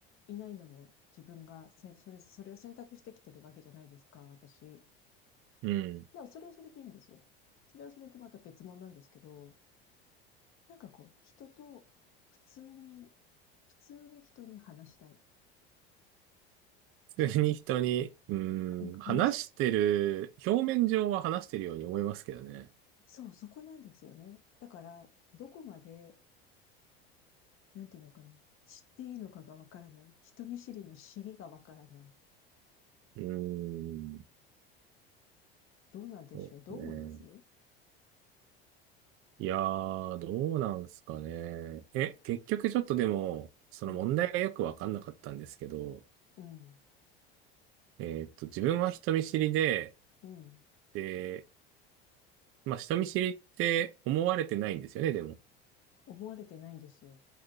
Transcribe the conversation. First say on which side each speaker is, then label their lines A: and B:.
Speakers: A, on the left; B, on the right.
A: いないのも自分がせ、それ、それを選択してきてるわけじゃないですか、私。
B: うん。
A: だからそれはそれでいいんですよ。それはそれでまた別物なんですけど、なんかこう、人と普通に、普通に人に話したい。
B: 普通に人に、う
A: うん話し、
B: ん、話してる、表面上は話してるように思いますけどね。
A: そう、そこなんですよね。だから、どこまで、なんていうのかな。知っていいのかがわからない。人見知りの知りがわからない。
B: うーん、
A: どうなんでしょうどう思います
B: そうですね。いやー、どうなんすかね。え、結局ちょっとでも、その問題がよくわかんなかったんですけど、
A: うん、うん、
B: えーっと、自分は人見知りで、
A: うん。
B: で、まあ人見知りって思われてないんですよね、でも。
A: 思われてないんですよ。